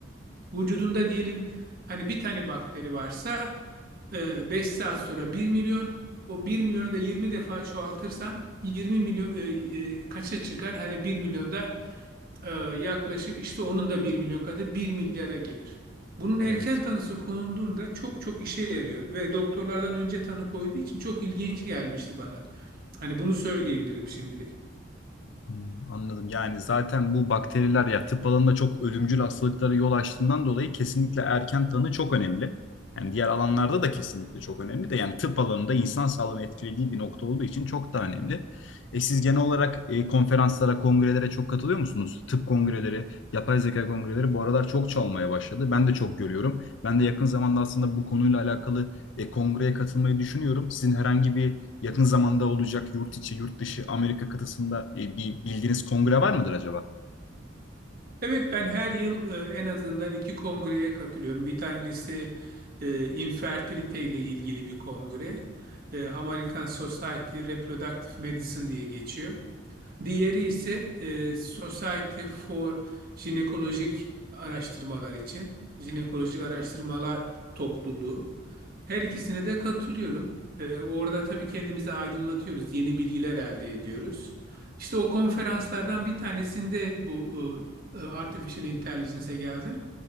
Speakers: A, on the right; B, on the left.
A: Vücudunda diyelim hani bir tane bakteri varsa 5 saat sonra bir milyon. O bir milyonu da 20 defa çoğaltırsan 20 milyon e, e, kaça çıkar? Hani bir milyonda e, yaklaşık işte onun da bir milyon katı bir milyara gelir. Bunun erken
B: evet.
A: tanısı konulduğunda çok çok işe yarıyor ve doktorlardan önce tanı koyduğu için çok ilginç gelmişti bana. Hani bunu söyleyebilirim şimdilik.
B: Hmm, anladım. Yani zaten bu bakteriler ya tıp alanında çok ölümcül hastalıklara yol açtığından dolayı kesinlikle erken tanı çok önemli. Yani diğer alanlarda da kesinlikle çok önemli de yani tıp alanında insan sağlığını etkilediği bir nokta olduğu için çok da önemli. E siz genel olarak e, konferanslara, kongrelere çok katılıyor musunuz? Tıp kongreleri, yapay zeka kongreleri bu aralar çok çalmaya başladı. Ben de çok görüyorum. Ben de yakın zamanda aslında bu konuyla alakalı e, kongreye katılmayı düşünüyorum. Sizin herhangi bir yakın zamanda olacak yurt içi, yurt dışı Amerika kıtasında e, bir bildiğiniz kongre var mıdır acaba?
A: Evet ben her yıl e, en azından iki kongreye katılıyorum. Bir tanesi e, infertilite ile ilgili bir kongre. E, American Society Reproductive Medicine diye geçiyor. Diğeri ise e, Society for Jinekolojik Araştırmalar için Jinekolojik Araştırmalar Topluluğu. Her ikisine de katılıyorum. E, orada tabii kendimizi aydınlatıyoruz, yeni bilgiler elde ediyoruz. İşte o konferanslardan bir tanesinde bu e, e, Artificial Intelligence'e geldim